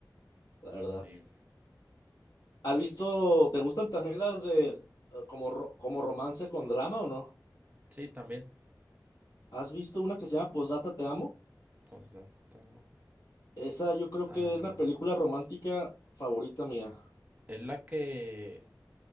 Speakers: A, on the left; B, on the right.
A: la verdad.
B: sí.
A: ¿Has visto, te gustan también las de eh, como, ro- como romance con drama o no?
B: Sí, también.
A: ¿Has visto una que se llama Posdata Te Amo?
B: Posdata.
A: Esa yo creo
B: Ah,
A: que es la película romántica favorita mía.
B: es la que